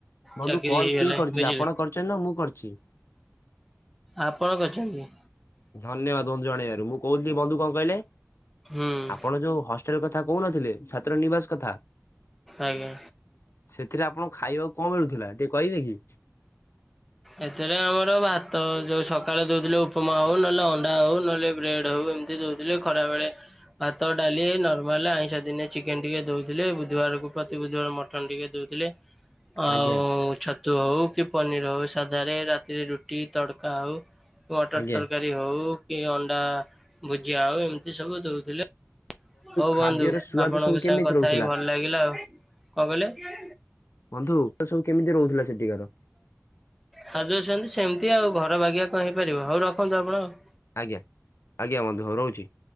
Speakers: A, on the left (about 60°); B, in the centre.
A: ବନ୍ଧୁ
B: ଚାକିରି
A: କଲ୍
B: ହେଇଗଲେ
A: କିଏ କରିଛି?
B: ବୁଝିଲେ
A: ଆପଣ କରିଛନ୍ତି ନା ମୁଁ କରିଛି?
B: ଆପଣ କରିଛନ୍ତି।
A: ଧନ୍ୟବାଦ ବନ୍ଧୁ ଜଣେଇବାରୁ ମୁଁ କହୁଥିଲି ବନ୍ଧୁ କଣ କହିଲେ?
B: ହୁଁ
A: ଆପଣ ଯୋଉ ହଷ୍ଟେଲ କଥା କହୁନଥିଲେ ଛାତ୍ର ନିବାସ କଥା
B: ଆଜ୍ଞା।
A: ସେଥିରେ ଆପଣ ଖାଇବାକୁ କଣ ମିଳୁଥିଲା ଟିକେ କହିବେ କି?
B: ଏଥିରେ ଆମର ଭାତ ଯୋଉ ସକାଳେ ଦଉଥିଲେ ଉପମା ହଉ ନହେଲେ ଅଣ୍ଡା ହଉ ନହେଲେ ବ୍ରେଡ୍ ହଉ ଏମିତି ଦଉଥିଲେ ଖରା ବେଳେ ଭାତ ଡାଲି ନର୍ମାଲ ଆଇଁଷ ଦିନେ ଚିକେନ ଟିକେ ଦଉଥିଲେ ବୁଧବାରକୁ ପ୍ରତି ବୁଧୁବାର ମଟ ଟନ ଟିକେ ଦଉଥିଲେ। ଆଉ
A: ଆଜ୍ଞା
B: ଛତୁ ହଉ କି ପନିର ହଉ ସାଧାରେ ରାତିରେ ରୁଟି ତଡକା ହଉ ମଟର
A: ଆଜ୍ଞା
B: ତରକାରୀ ହଉ କି ଅଣ୍ଡା ଭୁଜିଆ ହଉ ଏମିତି ସବୁ ଦଉଥିଲେ। ହଉ
A: ଖାଦ୍ୟର
B: ବନ୍ଧୁ
A: ସୁଆଦ
B: ଆପଣଙ୍କ
A: ସବୁ କେମିତି
B: ସାଙ୍ଗେ କଥା
A: ରହୁଥିଲା?
B: ହେଇି ଭଲ ଲାଗିଲା। ଆଉ କଣ କହିଲେ?
A: ବନ୍ଧୁ <unintelligible> ସବୁ କେମିତି ରହୁଥିଲା ସେଠିକାର?
B: ଖାଜୁଛନ୍ତି ସେମିତି ଆଉ ଘର ବାଗିିବା କଣ ହେଇପାରିବ। ହଉ ରଖନ୍ତୁ ଆପଣ ଆଉ
A: ଆଜ୍ଞା ଆଜ୍ଞା ହଁ ବନ୍ଧୁ ରହୁଛି।